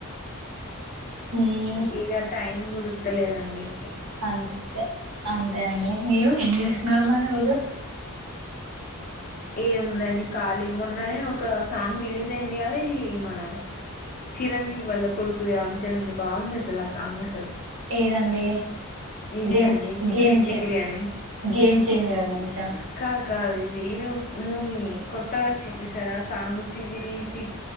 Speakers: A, on the right; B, on the left.
A: మ్మ్
B: ఇక టైం కుదురతలేదండి
A: అంతే అంతే అండి మీరు ఏం చేస్తున్నారు మరి రోజు
B: ఏముందండి ఖళీ మొన్ననే ఒక సాంగ్ రిలీజ్ అయింది కదా ఇ మన చిరంజీవి వల్ల కొడుకుది రామ్చరంజి బాగుంది అసలు సాంగ్ అసలు
A: ఏదండి
B: ఇదే
A: గేమ్
B: అన్నడి చికిరి
A: గేమ్
B: చిగరి
A: చే
B: అన్న
A: గేమ్ చేంజర్ నుంచా
B: కా కా ఇ ది ఏదో మూవీ కొత్తగా వచ్చింసారా సాంగ్ చిగిరి చి